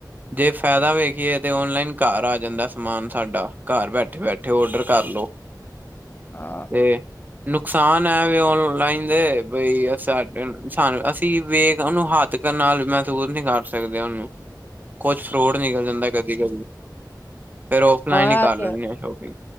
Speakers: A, on the right; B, on the left.
A: ਜੇ ਫਾਇਦਾ ਵੇਖੀਏ ਤਾਂ ਔਨਲਾਈਨ ਘਰ ਆ ਜਾਂਦਾ ਸਮਾਨ ਸਾਡਾ ਘਰ ਬੈਠੇ- ਬੈਠੇ ਔਡਰ ਕਰ ਲਓ। <inaudible> <inaudible>
B: ਹਾਂ,
A: ਤੇ। ਨੁਕਸਾਨ ਹੈ ਵੀ ਓਨਲਾਈਨ ਦੇ ਬਈ ਸ -ਸਾਨੂੰ ਅਸੀਂ ਵੇਖ ਹੱਥ। ਹੱਥਾਂ ਨਾਲ ਮਹਿਸੂਸ ਨਹੀਂ ਕਰ ਸਕਦੇ ਉਹਨੂੰ, ਕੁਛ ਫਰੋਡ ਨਿਕਲ ਜਾਂਦਾ ਹੈ ਕਦੀ ਕਦੀ। ਫੇਰ ਉਫਲਾਈਨ
B: ਹਾਂ
A: ਹੀ
B: ਇਹ
A: ਕਰ ਲੈਂਦੇ
B: ਤੇ ਹੈ।
A: ਹਾਂ ਸ਼ੋਪਿੰਗ।